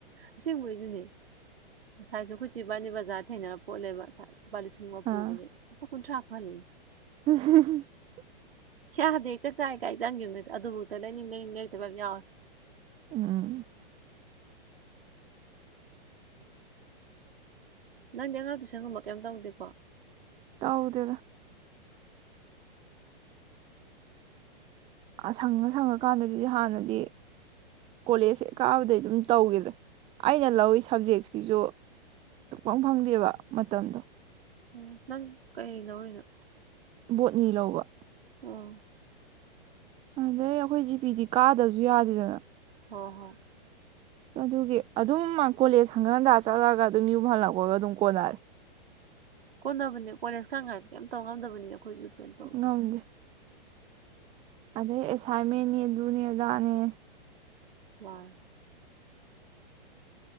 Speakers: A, on the right; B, on the right.
A: ꯑꯁꯤꯦꯡꯕꯒꯤꯗꯨꯅꯦ ꯉꯁꯥꯏꯁꯨ ꯀꯣꯏꯆꯤꯕꯥꯅꯤ ꯕꯖꯥꯔ ꯊꯦꯡꯅꯔ ꯄꯣꯠꯂꯦꯕ ꯂꯨꯄꯥ ꯂꯤꯁꯤꯡ ꯑꯃ ꯄꯨꯕꯅꯦ
B: ꯑꯥ
A: ꯀꯨꯊ꯭ꯔꯥ ꯈꯛ ꯍꯜꯂꯛꯑꯦ
B: <unintelligible>
A: ꯌꯥꯗꯤ ꯍꯦꯛꯇ ꯆꯥꯏ ꯀꯥꯏ ꯆꯪꯈꯤꯕꯅꯠꯇ ꯑꯗꯨꯕꯨꯥꯎꯛꯇ ꯂꯩꯅꯤꯡ ꯂꯩꯅꯤꯡ ꯂꯩꯇꯕ ꯌꯥꯝ ꯌꯥꯎꯋꯦ
B: ꯎꯝ ꯎꯝ
A: ꯅꯪꯗꯤ ꯑꯉꯥꯡ ꯇꯨꯏꯁꯟꯒꯨꯝꯕ ꯀꯩꯝ ꯇꯧꯗꯦꯀꯣ
B: ꯍꯥꯎꯗꯦꯗ ꯁꯪꯉ ꯁꯪꯉꯀꯥꯟꯗꯗꯤꯗꯤ ꯍꯥꯟꯅꯗꯤ ꯀꯣꯂꯦꯖꯁꯦ ꯀꯥꯕꯗꯩ ꯑꯗꯨꯝ ꯇꯧꯈꯤꯗ꯭ꯔꯦ ꯑꯩꯅ ꯂꯧꯋ ꯁꯕꯖꯦꯛꯁꯤꯁꯨ ꯐꯪ ꯐꯪꯗꯦꯕ ꯃꯇꯝꯗꯣ
A: ꯑꯣ ꯅꯪ ꯀꯩ ꯂꯧꯔꯤꯅꯣ
B: ꯕꯣꯠꯅꯤ ꯂꯧꯕ
A: ꯑꯣ
B: ꯑꯗꯩ ꯑꯩꯈꯣꯏ ꯖꯤ ꯄꯤꯗꯤ ꯀꯥꯗꯕꯁꯨ ꯌꯥꯗꯦꯗꯅ
A: ꯍꯣꯏ ꯍꯣꯏ
B: ꯑꯗꯨꯒꯤ ꯑꯗꯨꯝ ꯀꯣꯂꯦꯖ ꯍꯪꯒꯥꯟꯗ ꯆꯠꯂꯒ ꯑꯗꯨꯝ ꯌꯨꯝ ꯍꯜꯂꯛꯄꯒ ꯑꯗꯨꯝ ꯀꯣꯟꯅꯔꯦ
A: ꯀꯣꯟꯗꯕꯅꯤ ꯀꯣꯂꯦꯖꯀ ꯀꯥꯁꯦ ꯀꯩꯝ ꯇꯧ ꯉꯝꯗꯕꯅꯤ ꯑꯩꯈꯣꯏꯁꯨ ꯀꯩꯝ ꯇꯧꯗꯦ
B: ꯉꯝꯗꯦ ꯑꯗꯩ ꯑꯦꯁꯥꯏꯟꯃꯦꯟꯅꯤ ꯑꯗꯨꯅꯦ ꯑꯗꯥꯅꯦ
A: ꯃꯥꯅꯦ